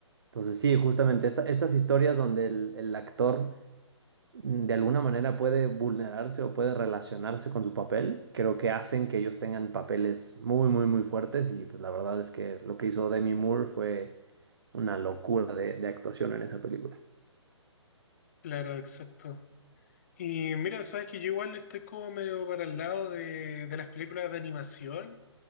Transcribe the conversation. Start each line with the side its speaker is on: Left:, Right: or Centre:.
Right: Entonces sí, justamente esta- estas historias donde el, el actor mm, de alguna manera puede vulnerarse o puede relacionarse con su papel, creo que hacen que ellos tengan papeles muy, muy, muy fuertes y pues la verdad es que lo que hizo Demi Moore fue una locura de, de actuación en esa película.
Left: Claro, exacto. Y mira, sabes que yo igual estoy como medio para el lado de, de las películas de animación.